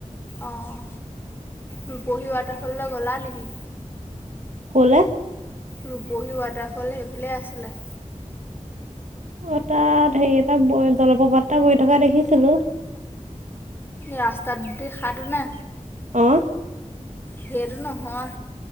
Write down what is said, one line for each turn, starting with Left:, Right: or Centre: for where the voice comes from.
Left: অঁ ৰূপহী ৱাটাৰফললৈ গ'লা নেকি?
Right: ক'লে?
Left: ৰূপহী ৱাটাৰফল সেইফালে আছিলে।
Right: অ তাত হেৰি এটা ব জলপ্ৰপাতটা বৈ থকা দেখিছিলো।
Left: ৰাস্তাত দি খাৰটো নে
Right: অঁ
Left: হেটো নহয়।